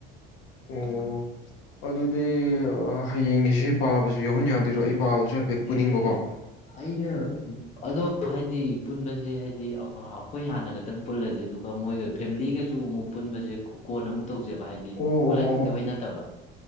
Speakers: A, on the left (about 65°); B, on the left (about 30°).
A: ꯑꯣ ꯑꯗꯨꯗꯤ ꯍꯌꯦꯡꯒꯤꯁꯤ ꯄꯥꯕꯁꯨ ꯌꯥꯎꯍꯟ ꯌꯥꯗꯣꯏꯔꯣ
B: ꯑꯩ
A: ꯑꯩ ꯄꯥꯕꯁꯨ ꯍꯥꯏꯐꯦꯠ ꯄꯨꯅꯤꯡꯕꯀꯣ
B: ꯑꯩꯅ ꯑꯗꯣ ꯍꯥꯏꯗꯤ ꯄꯨꯟꯕꯁꯦ ꯍꯥꯏꯗꯤ ꯑꯩꯈꯣꯏ ꯍꯥꯟꯅ ꯈꯛꯇꯪ ꯄꯨꯜꯂꯁꯦ ꯑꯗꯨꯒ ꯃꯣꯏꯒ ꯐꯦꯃꯤꯂꯤꯒꯁꯨ ꯑꯃꯨꯛ ꯄꯨꯟꯕꯁꯦ ꯀꯣꯟꯅ ꯑꯃꯨꯛ ꯇꯧꯖꯦꯕ ꯍꯥꯏꯗꯤ
A: ꯑꯣ
B: ꯄꯨꯜꯍꯟꯅꯤꯡꯗꯕꯩ
A: ꯑꯣ ꯑꯣ
B: ꯅꯠꯇꯕ